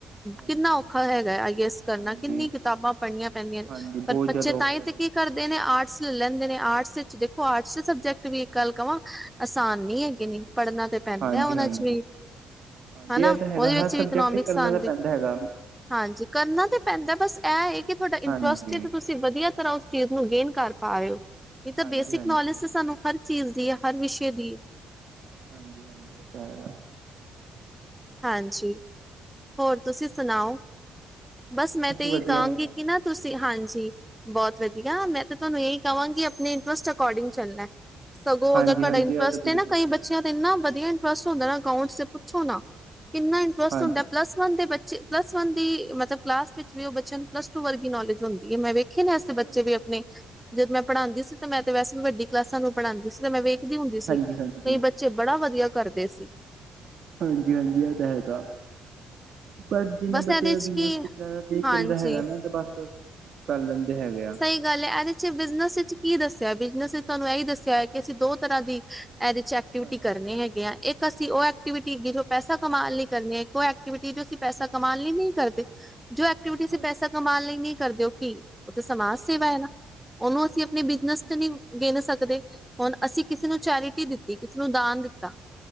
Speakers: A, on the right; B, in the centre.
A: ਹਾਂਜੀ
B: ਕਿੰਨਾ
A: ਹਾਂਜੀ
B: ਔਖਾ ਹੈਗਾ ਆਈ ਏ ਐੱਸ ਕਰਨਾ
A: ਹਾਂਜੀ
B: ਕਿੰਨੀ ਕਿਤਾਬਾਂ ਪੜ੍ਹਨੀਆਂ ਪੈਂਦੀਆਂ ਨੇ।
A: ਹਾਂਜੀ ਬਹੁਤ
B: ਪਰ ਬੱਚੇ
A: ਜ਼ਿਆਦਾ ਔਖਾ
B: ਤਾਂਹੀ
A: ਹੈਗਾ
B: ਤੇ ਕੀ
A: ਤਾਂ
B: ਕਰਦ ਆਰਟਸ ਲੈ ਲੈਂਦੇ ਨੇ ਆਰਟਸ ਵਿੱਚ ਦੇਖੋ ਆਰਟਸ ਦਾ ਸਬਜੈਕਟ ਵੀ ਇੱਕ ਗੱਲ ਕਵਾਂ। ਆਸਾਨ ਨਹੀਂ ਹੈਗੇ
A: ਹਾਂਜੀ
B: ਨੇ ਨਹੀਂ ਪੜ੍ਹਨਾ ਤੇ ਪੈਂਦਾ
A: ਹਾਂਜੀ
B: ਉਹਨਾ
A: ਹਾਂਜੀ
B: 'ਚ ਵੀ
A: ਹਾਂਜੀ
B: ਹਨਾ
A: ਇਹ ਤਾਂ ਹੈਗਾ
B: ਉਹਦੇ
A: ਹਰ
B: ਵਿੱਚ ਵੀ
A: ਸਬਜੈਕਟ
B: ਇਕਨੋਮਿਕਸ
A: ਕਰਨਾ
B: ਆਂਦੀ।
A: ਤਾਂ ਪੈਂਦਾ ਹੈਗਾ
B: ਹਾਂਜੀ ਕਰਨਾ ਤਾਂ ਪੈਂਦਾ ਬਸ ਇਹ ਹੈ ਕਿ ਤੁਹਾਡਾ ਇੰਟਰਸਟ
A: ਹਾਂਜੀ
B: ਤੁਸੀਂ ਵਧੀਆ ਕਰਾਓ ਉਸ ਚੀਜ਼ ਨੂੰ ਗੇਨ ਕਰ ਪਾ ਰਹੇ ਹੋ ਨਹੀਂ ਤਾਂ
A: ਹਾਂਜੀ
B: ਬੇਸਿਕ
A: ਹਾਂਜੀ
B: ਨੌਲੇਜ ਤੇ ਸਾਨੂੰ ਹਰ ਚੀਜ਼ ਦੀ ਹੈ ਹਰ ਵਿਸ਼ਯ ਦੀ
A: ਹਾਂਜੀ -ਹਾਂਜੀ ਇਹ ਤਾਂ ਹੈਗਾ।
B: ਹਾਂਜੀ ਹੋਰ ਤੁਸੀਂ ਸੁਣਾਓ ਬਸ ਮੈਂ ਤੇ ਇਹੀ
A: ਵਧੀਆ
B: ਕਹਾਂਗੀ
A: ਹੈਗਾ
B: ਕਿ ਨਾ ਤੁਸੀਂ ਹਾਂਜੀ ਬਹੁਤ ਵਧੀਆ ਮੈਂ ਤੇ ਤੁਹਾਨੂੰ ਇਹੀ ਕਵਾਂਗੀ ਆਪਣੇ ਇੰਟਰਸਟ ਅਕੋਰਡਿੰਗ ਚੱਲਣਾ। ਸਗੋਂ
A: ਹਾਂਜੀ-ਹਾਂਜੀ
B: ਅਗਰ ਤੁਹਾਡਾ ਇੰਟਰਸਟ
A: ਇਹ ਤਾਂ ਬਿਲਕੁਲ
B: ਏ ਨਾ ਕਈ
A: ਸਹੀ
B: ਬੱਚਿਆਂ
A: ਗੱਲ ਹੈ।
B: ਦਾ ਇੰਨਾ ਵਧੀਆ ਇੰਟਰਸਟ ਹੁੰਦਾ ਨਾ ਅਕਾਊਟ 'ਚ ਪੁੱਛੋ ਨਾ। ਕਿੰਨਾ ਇੰਟਰਸਟ
A: ਹਾਂਜੀ-ਹਾਂਜੀ,
B: ਹੁੰਦਾ ਪਲੱਸ ਵਨ ਦੇ ਬੱਚ ਪਲੱਸ ਵਨ ਦੀ ਮਤਲਬ ਕਲਾਸ ਵਿੱਚ ਵੀ ਉਹ ਬੱਚਿਆਂ ਨੂੰ ਪਲੱਸ ਟੂ ਵਰਗੀ ਨੋਲੇਜ ਹੁੰਦੀ ਹੈ ਮੈਂ ਵੇਖ ਖੇ ਨੇ ਵਸੇ ਬੱਚੇ
A: ਹਾਂਜੀ-ਹਾਂਜੀ,
B: ਵੀ ਆਪਣੇ ਜਦੋਂ ਮੈਂ ਪੜ੍ਹਾਉਦੀ ਸੀ ਤਾਂ ਮੈਂ ਤੇ ਵੈਸੇ ਵੀ ਵੱਡੀ ਕਲਾਸਾਂ ਨੂੰ ਪੜਾਂਦੀ ਸੀ ਤੇ ਮੈਂ ਵੇਖ ਹੁੰਦੀ
A: ਹਾਂਜੀ-ਹਾਂਜੀ
B: ਸੀ ਕਈ ਬੱਚੇ ਬੜਾ ਵਧੀਆ ਕਰਦੇ ਸੀ।
A: ਹਾਂਜੀ -ਹਾਂਜੀ ਇਹ ਤਾਂ ਹੈ ਤਾਂ। ਬਸ ਜਿੰਨਾ ਬੱਚਿਆਂ
B: ਇਹਦੇ
A: ਦਾ
B: ਚ
A: ਦਿਮਾਗ
B: ਕੀ
A: ਜਿਆਦਾ ਤੇਜ਼
B: ਹਾਂਜੀ
A: ਚੱਲਦਾ ਹੈਗਾ ਨਾ ਤੇ ਬਸ ਕਰ ਲੈਂਦੇ ਹੈਗੇ ਆ।
B: ਸਹੀ ਗੱਲ ਹੈ ਇਹਦੇ 'ਚ ਬਿਜਨਸ ਵਿੱਚ ਕੀ ਦੱਸਿਆ ਬਿਜਨਸ ਵਿੱਚ ਤੁਹਾਨੂੰ ਇਹੀ ਦੱਸਿਆ ਹੈ ਕਿ ਅਸੀਂ ਦੋ ਤਰ੍ਹਾਂ ਦੀ ਇਹਦੇ ਚ ਐਕਟੀਵਿਟੀ
A: ਹਾਂਜੀ,
B: ਕਰਨੇ ਹੈਗੇ ਆ। ਇੱਕ ਅਸੀਂ ਉਹ ਐਕਟੀਵਿਟੀਗੀ ਜੋ, ਪੈਸਾ ਕਮਾਉਣ ਲਈ ਕਰਨੀ। ਉਹ ਜੋ ਅਸੀਂ ਪੈਸਾ
A: ਹਾਂਜੀ, ਹਾਂਜੀ,
B: ਕਮਾਨ ਲਈ ਨਹੀਂ ਕਰਦੇ। ਜੋ ਐਕਟੀਵਿਟੀ ਅਸੀਂ
A: ਹਾਂ ਹਾਂਜੀ,
B: ਪੈਸਾ ਕਮਾਉਣ ਲਈ ਨਹੀਂ ਕਰਦੇ ਓ ਕੀ ਉਹ ਤੇ ਸਮਾਜ ਸੇਵਾ ਹੈ ਨਾ, ਉਹਨੂੰ ਅਸੀਂ ਆਪਣੀ
A: ਹਾਂਜੀ,
B: ਬਿਜਨਸ ਚ ਨ ਗਿਣ ਸਕਦੇ ਹੁਣ ਅਸੀਂ ਕਿਸੇ ਨੂੰ ਚੈਰਿਟੀ ਦਿੱਤੀ, ਕਿਸੇ ਨੂੰ ਦਾਨ ਦਿੱਤਾ।